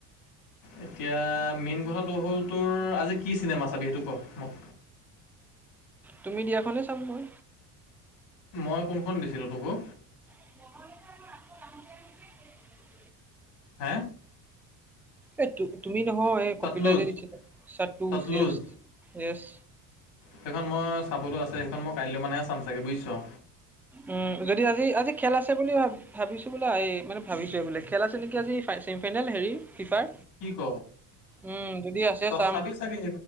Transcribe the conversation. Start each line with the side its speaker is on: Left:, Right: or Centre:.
Left: এতিয়া মেইন কথাটো হ'ল তোৰ আজি কি চিনেমা চাবি সেইটো ক মোক?
Centre: তুমি দিয়াখনেই চাম মই।
Left: মই কোনখন দিছিলোঁ তোক অ?
Centre: ম <unintelligible>
Left: হে?
Centre: এই তুমি নহয়, এই
Left: চাটলুজ
Centre: কপিলে যে দিছিলে জ <unintelligible>
Left: চাটলুজ
Centre: এছ।
Left: সেইখন মই চাবতো আছে, সেইখন মই কাইলৈ মানেহে চাম চাগৈ বুজিছঁ।
Centre: উম যদি আজি-আজি খেল আছে বুলি ভাব ভাবিছোঁ বোলে এই মে ভাবিছোঁ এই বোলে, খেল আছে নেকি আজি চেমি ফাইনেল হেৰি ফিফাৰ।
Left: কি ক?
Centre: উম, যদি আছে
Left: তইতো
Centre: চাম
Left: চাবি চাগে